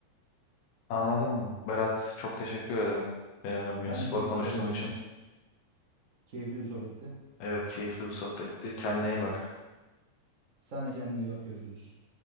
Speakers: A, on the left; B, on the right.
A: Anladım Berat. Çok teşekkür ederim benimle bugün
B: Ben
A: spor
B: de teşekkür
A: konuştuğun
B: ederim. canım.
A: için.
B: Keyifli bir sohbetti.
A: Evet keyifli bir sohbetti. Kendine iyi bak.
B: Sen de kendine iyi bak. Görüşürüz.